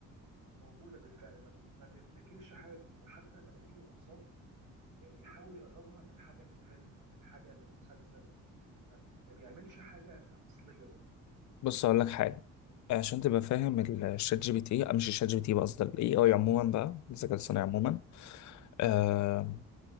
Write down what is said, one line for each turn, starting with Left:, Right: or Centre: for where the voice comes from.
Right: آه، موجوده بالفعل ما بي- ما بيبتكرش حاجه جديده حتى لما بديله اوصاف آه، بيحاول يقربها من حاجه من فيلم من حاجه من مسلسل فما ما بيعملش حاجه اصليه برضو
Left: بص اقول لك حاجه عشان تبقى فاهم الشات جي بي تي مش الشات جي بي تي بقى، قصدي الاي اي عموما بقى الذكاء الصناعي
Right: اه
Left: عموما آه،